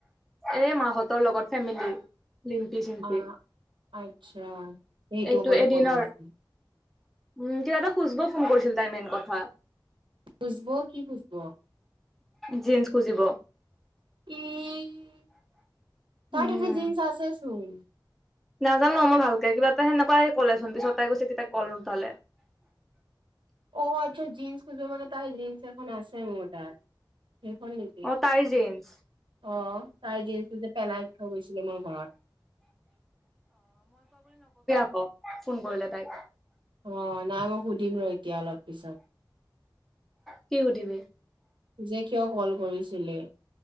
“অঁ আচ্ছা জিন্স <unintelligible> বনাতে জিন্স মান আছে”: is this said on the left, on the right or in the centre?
Right